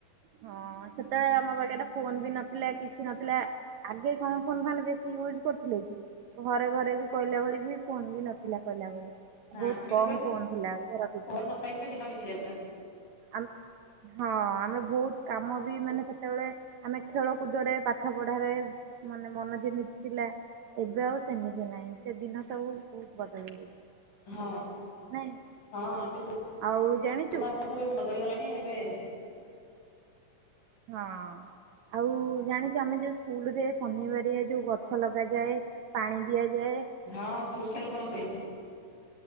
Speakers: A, on the right; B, on the left.
A: ହଁ ସେତେବେଳେ ଆମ ପାଖରେ ଫୋନ ବି ନଥିଲା କିଛି ନଥିଲା। ଆଗେ କଣ ଫୋନ ମାନେ ବେଶୀ ୟୁଜ କରିୁଥିଲେ କି ଘରେ ଘରେ ବି କହିଲା ଭଳି ବି ଫୋନ ବି ନଥିଲା। ଥିଲା କିଲା ଭ
B: ନା
A: ବହୁତ
B: ସେତେବେଳେ
A: କମ ଫୋନ ଥିଲା ଘର ପିଛା।
B: ଫୋନ ନଥାଏ କେବେ ଦିନ ବିତି ଯାଉଥିଲା
A: ଆ ହଁ ଆମେ ବହୁତ କାମ ବି ମାନେ ସେତେବେଳେ ଆମେ ଖେଳକୁଦରେ ପାଠ ପଢାରେ ମାନେ ମନ ଯେମିତି ଥିଲା ଏବେ ଆଉ ସେମିତି ନାହିଁ ସେ ଦିନ ସବୁ ବହୁତ ବଦଳିଇଛି।
B: ହଁ
A: ନାଇଁ
B: ହଁ ସେ
A: ଆଉ ଜାଣିଛୁ
B: ପୁରୁଣା ଦିନ ସବୁ ଏବେ ବଦଳିଗଲାଣି ଏବେ
A: ହଁ ଆଉ ଜାଣିଛୁ ଆମେ ଯୋଉ ସ୍କୁଲ ରେ ଶନିବାରଆ ଯୋଉ ଗ ଛ ଲଗାଯାଏ ପାଣି ଦିଆଯାଏ
B: ହଁ ବୃକ୍ଷ ରୋପଣ ହୁଏ।